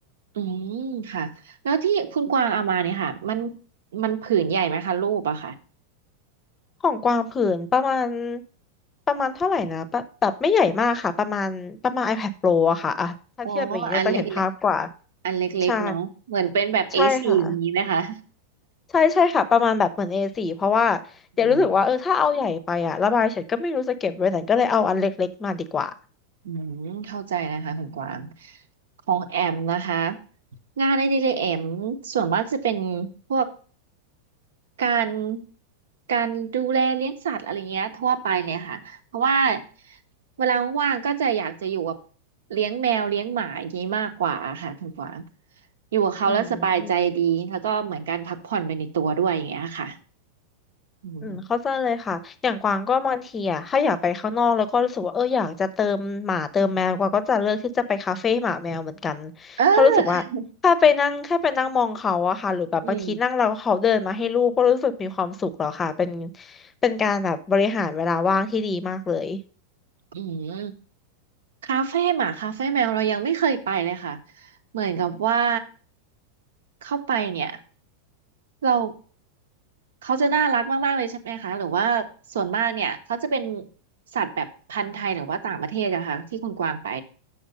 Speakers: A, on the right; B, on the left.
A: อืมค่ะแล้วที่คุณกวางเอามาเนี่ยค่ะมันมันผืนใหญ่ไหมคะรูปอะค่ะ
B: ของกวางผืนประมาณประมาณเท่าไหร่นะปะแบบไม่ใหญ่มากค่ะประมาณประมาณ iPad Pro อะค่ะอะถ้าเทียบแบบนี้เราจะเห็นภาพกว่า
A: อ๋ออันเล็กๆ อันเล็กๆเนาะเหมือนเป็นแบบ
B: ใช่
A: A4
B: ใช่ค่ะ
A: อสี่อย่างนี้นะคะ
B: ใช่ใช่ค่ะประมาณแบบเหมือน A4 เพราะว่าเดี๋ยวรู้สึกว่าเออถ้าเอาใหญ่ไปอะระบายเสร็จก็ไม่รู้จะเก็บไว้ไหนก็เลยเอาอันเล็กๆมาดีกว่า
A: อืมอืมเข้าใจนะคะคุณกวางของแอมนะคะงานในดีเลยแอมส่วนมากจะเป็นพวกการการดูแลเลี้ยงสัตว์อะไรเงี้ยทั่วไปเลยค่ะเพราะว่าเวลาว่างๆก็จะอยากจะอยู่กับเลี้ยงแมวเลี้ยงหมาอย่างนี้มากกว่าค่ะคุณกวางอยู่กับเขาแล้วสบายใจดีแล้วก็เหมือนการพักผ่อนไปในตัวด้วยอย่างเงี้ยค่ะ
B: อืม
A: อืม
B: อืมเข้าใจเลยค่ะอย่างกวางก็บางทีอ่ะถ้าอยากไปข้างนอกแล้วก็รู้สึกว่าเอออยากจะเติมหมาเติมแมวกวางก็จะเลือกที่จะไปคาเฟ่หมาแมวเหมือนกัน
A: เออ
B: เพราะรู้สึกว่าถ้าไปนั่งแค่ไปนั่งมองเขาอะค่ะหรือแบบบางทีนั่งแล้วเขาเดินมาให้ลูกก็รู้สึกมีความสุขแล้วค่ะเป็น
A: อืม
B: เป็นการแบบบริหารเวลาว่างที่ดีมากเลย
A: อืม คาเฟ่หมาคาเฟ่แมวเรายังไม่เคยไปเลยค่ะเหมือนกับว่าเข้าไปเนี่ยเราเขาจะน่ารักมากๆเลยใช่ไหมคะหรือว่าส่วนมากเนี่ยเขาจะเป็นสัตว์แบบพันธุ์ไทยหรือว่าต่างประเทศอะคะที่คุณกวางไป